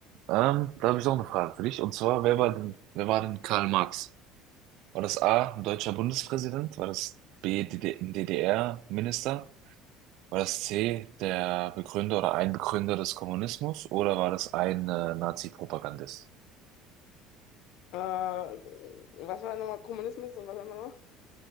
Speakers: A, on the right (about 65°); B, on the left (about 65°).
A: ähm, da habe ich auch eine Frage für dich. Und zwar, wer war denn, wer war denn Karl Marx? War das A, ein deutscher Bundespräsident? War das B, DD ein DDR-Minister? War das C, der Begründer oder ein Begründer des Kommunismus? Oder war das ein äh, Nazi-Propagandist?
B: Ja. Äh, was war nochmal Kommunismus und was haben wir noch?